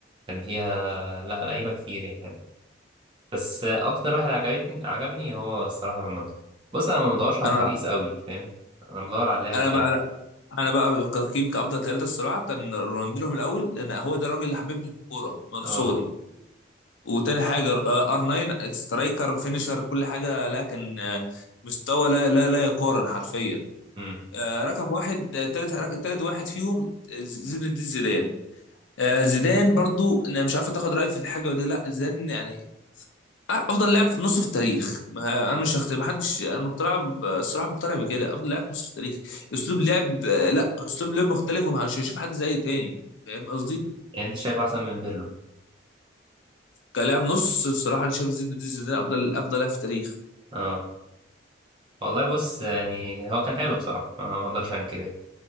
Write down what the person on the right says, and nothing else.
كان فيها لا لعيبة كتير يعني بس أكتر واحد عجبتني عجبني هو الصراحة رونالدو بص أنا ما بدورش على
الترقيص قوي فاهم أنا بدور على اللعب
الحلمي
اه
أمم.
يعني أنت شايف أحسن من بيرلو
اه والله بص يعني هو كان حلو بصراحة أنا ما أقدرش أنكر يعني.